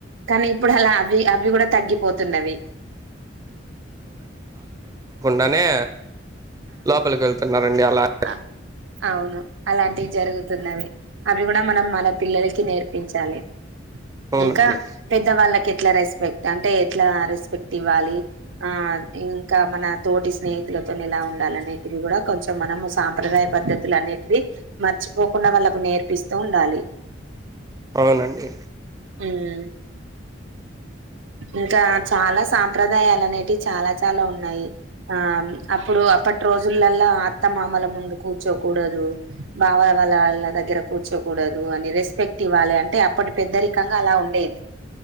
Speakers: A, on the right; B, on the right.
A: కానీ ఇప్పుడు అలా అవి అవి కూడా తగ్గిపోతున్నవి
B: ననే లోపలికి వెళ్తున్నారండి అలా
A: అ అవును అలా ఇలాంటివి జరుగుతున్నవి అవి కూడా మనం మన పిల్లలకి నేర్పించాలి
B: అవునండి
A: ఇంకా పెద్దవాళ్ళకే ఎట్లా రెస్పెక్ట్ అంటే ఎట్లా రెస్పెక్ట్ ఇవ్వాలి ఆ ఇంకా మన తోటి స్నేహితుల వతోని ఎలా ఉండాలి అనేటివి కూడా కొంచం మనము సాంప్రదాయ పద్ధతులు అన్నిటివి మర్చిపోకుండా వాళ్ళలకు నేర్పిస్తూ ఉండాలి
B: అవునండి
A: హ్మ్ ఇంకా చాలా సాంప్రదాయాలు అనేటివి చాలా చాలా ఉన్నాయి ఆ అప్పుడు అప్ అప్పటి రోజులలా అత్త మామలు ముందు కూర్చోకూడదు బావ వాళ్ళ వాళ్ళ దగ్గర కూర్చోకూడదు అని రెస్పెక్ట్ ఇవ్వాలి అం టే అప్పడి పెద్దరికంగా అలా ఉండేది